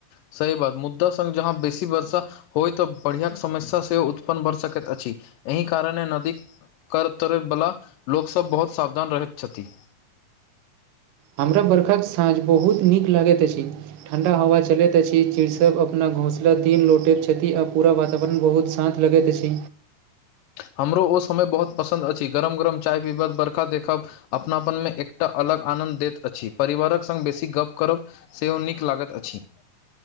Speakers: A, on the left; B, on the right.
A: सही बात मुद्दा सग जहाँ बेसी वर्षा होइ तऽ बढ़िआँ समस्या सेहो उत्पन्न बर सकैत अछि एहि कारणे नदी करते बला लोक सब बहुत सावधान रहैत छथि
B: हमरा बरखाक साँझ बहुत नीक लगैत अछि ठण्डा हवा चलैत अछि चीड सब अपना घोसला दिन लौटैत छथि आ पूरा वातावरण बहुत शान्त लगैत अछि
A: हमरो ओ समय बहुत पसन्द अछि गरम गरम चाय पीबत बरखा देखब अपनापनमे एकटा अलग आनन्द दैत अछि परिवारक संग बेसी गप करब सेहो नीक लागत अछि